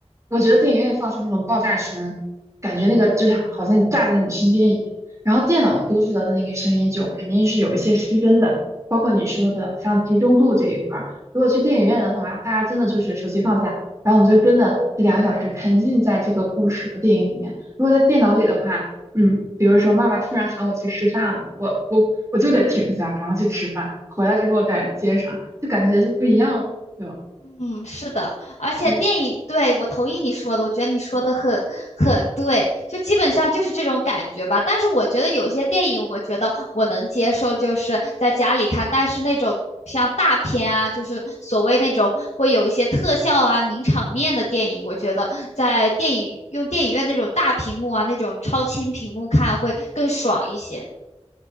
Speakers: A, on the right; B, on the left.
A: 我觉得电影院放出那种爆炸声，感觉那个就像好像你炸在你身边一样。然后电脑播出来的那个声音就肯定是有一些失真的，包括你说的像集中度这一块儿。如果去电影院的话，大家真的就是手机放下，然后我们就真的这两个小时沉浸在这个故事和电影里面。如果在电脑里的话，嗯，比如说妈妈突然喊我去吃饭了，我我我就得停下，然后去吃饭，回来之后再接上，就感觉就不一样了，对吧？
B: 嗯，是的，而且电影，
A: 嗯。
B: 对，我同意你说的，我觉得你说的很很对，就基本上就是这种感觉吧。但是我觉得有些电影，我觉得我能接受，就是在家里看，但是那种像大片啊，就是所谓那种会有一些特效啊、名场面的电影，我觉得在电影用电影院那种大屏幕啊、那种超清屏幕看会更爽一些。